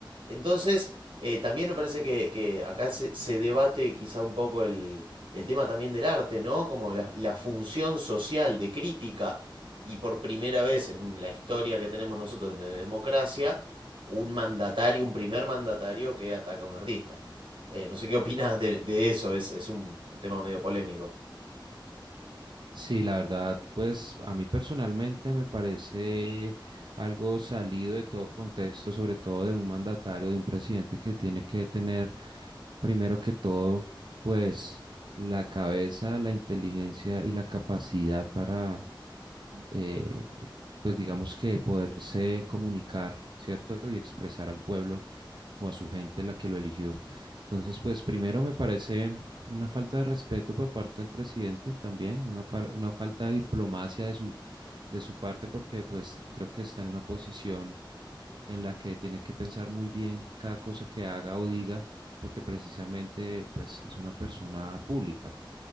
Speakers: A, on the right (about 85°); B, on the right (about 65°).
A: Entonces, eh, también me parece que, que acá se, se debate quizá un poco el, el tema también del arte, ¿no? Como la, la función social de crítica y por primera vez en un- la historia que tenemos nosotros de democracia, un mandatario, un primer mandatario que ataca a un artista. Eh, no sé qué opinas de, de eso, es, es un tema medio polémico.
B: Sí, la verdad, pues a mí personalmente me parece algo salido de todo contexto, sobre todo de un mandatario, de un presidente que tiene que tener, primero que todo, pues la cabeza, la inteligencia y la capacidad para, eh, pues digamos que poderse comunicar, ¿cierto? Y expresar al pueblo o a su gente la que lo eligió. Entonces, pues primero me parece una falta de respeto por parte del presidente también, una, par- una falta de diplomacia de su, de su parte, porque pues creo que está en una posición en la que tiene que pensar muy bien cada cosa que haga o diga, porque precisamente pues es una persona pública.